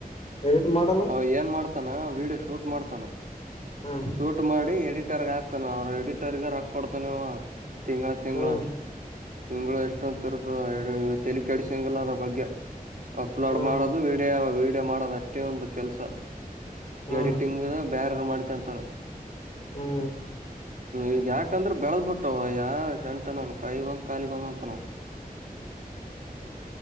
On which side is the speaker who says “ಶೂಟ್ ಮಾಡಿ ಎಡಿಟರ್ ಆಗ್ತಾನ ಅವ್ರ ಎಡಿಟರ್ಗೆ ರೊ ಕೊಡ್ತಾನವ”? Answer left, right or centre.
Right